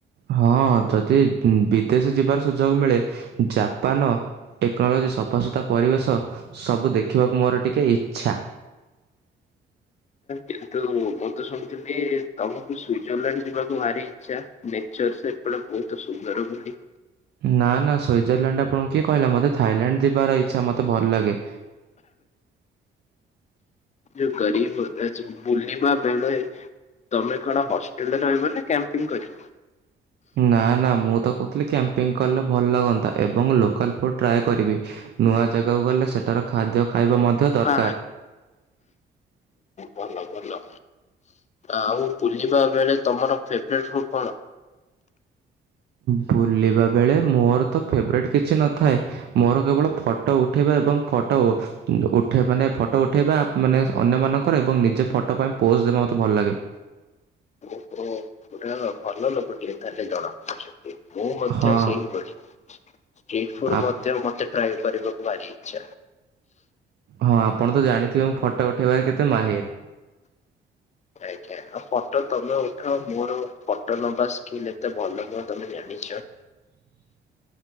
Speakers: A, on the right (about 60°); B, on the left (about 35°).
A: ହଁ ଯଦି ବିଦେଶ ଯିବାର ସୁଯୋଗ ମିଳେ ଜାପାନ ଟେକ୍ନୋଲୋଜି ସ ଅସୁତା ପରିବେଶ ସବୁ ଦେଖିବାକୁ ମୋର ଟିକେ ଇଚ୍ଛା।
B: କିନ୍ତୁ ମୁଁ ତ ଶୁଣିୁଥିଲି ତମକୁ ସୁଜରଲ୍ୟାଣ୍ଡ ଯିବାକୁ ଭାରି ଇଚ୍ଛା। ଚର୍ଷ ଏପଟେ ବହୁତ ସୁନ୍ଦର ବୋଲି।
A: ନା ନା ସୁଇଜରଲ୍ୟାଣ୍ଡ ଆପଣଙ୍କୁ କିଏ କହିଲା ମୋତେ ଥାଇଲାଣ୍ଡ ଯିବାର ଇଚ୍ଛା ମୋତେ ଭଲ ଲାଗେ।
B: ଯେଉ ଗରିିବ ହୋତାହେ <unintelligible> ବା ବେଳେ ତମେ କଣ ହଷ୍ଟେଲରେ ରହିବ ନା କ୍ୟାମ୍ପିଙ୍ଗୀ କରିବ?
A: ନା ନା ମୁଁ ତ କହୁଥିଲଥିଲେ କ୍ୟାମ୍ପିଙ୍ଗ କଲେ ଭଲ ହୁଅନ୍ତା ଏବଂ ଲୋକାଲ୍ ଫୁଡ଼୍ ଟ୍ରାଏ କରିବି ନୂଆ ଜାଗାକୁ ଗଲେ ସେ ତାର ଖାଦ୍ୟ। ଖାଇବା ମଧ୍ୟ ଦରକାର।
B: ହଁ ଭଲ ଭଲ। ଆଉ ବୁଲିବା ବେଳେ ତମର ଫେବରଟ ଫୁଡ କଣ?
A: ବୁଲିବା ବେଳେ ମୋରତ ଫେବେରଟ୍ କିଛି ନଥାଏ ମୋର କେବଳ ଫଟୋ ଉଠେଇବା ଏବଂ ଫଟୋ ଉଠ ମାନେ ଫଟୋ ଉଠେଇବା ମାନେ ଅନ୍ୟମାନଙ୍କର ଏବଂ ନିଜ ଫଟୋ ପାଇଁ ପୋ ପୋଜ ଦେବା ମତେ ଭଲ ଲାଗେ।
B: ଓହୋ ପୁରା ଭଲ ଲୋକଟିଏ ତାହେଲେ ଜଣା ପଡଛନ୍ତି। ମୁଁ ମଧ୍ୟ
A: ହଁ,
B: ସେଇ ଭଳି ଷ୍ଟ୍ରିଟ୍ ଫୁଡ
A: ଆପ୍
B: ମଧ୍ୟ ମତେ ପ୍ରୟ କରିବାକୁ ଭାରି ଇଚ୍ଛା।
A: ହଁ ଆପଣ ତ ଜାଣିଥିବେ ମୁଁ ଫଟୋ ଉଠେଇବାରେ କେତେ ମାହିର।
B: ଆଜ୍ଞା ଆଉ ଫଟୋ ତମେ ଉଠାଅ ମୋର ଫୋଟ ନବା ସ୍କିଲ ଏତେ ଭଲ ନୁହଁ ତମେ ଜାନିଚ।